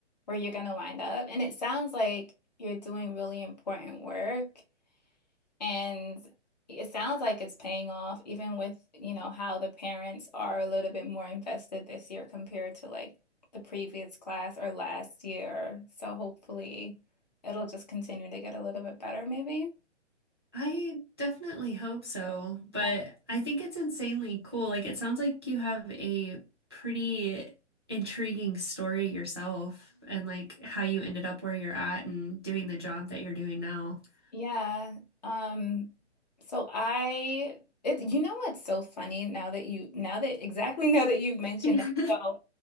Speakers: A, on the left; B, on the right.
A: where you're gonna wind up. And it sounds like you're doing really important work And it sounds like it's paying off, even with, you know, how the parents are a little bit more invested this year compared to like the previous class or last year. So hopefully it'll just continue to get a little bit better, maybe.
B: I definitely hope so, but
A: Yeah.
B: I think it's insanely cool. Like, it sounds like you have a pretty intriguing story yourself and like how you ended up where you're at and doing the job that you're doing now. <laughs>
A: Yeah. Um, so I it you know what's so funny now that you now that exactly <laughs> now that you've mentioned
B: hmm
A: that. So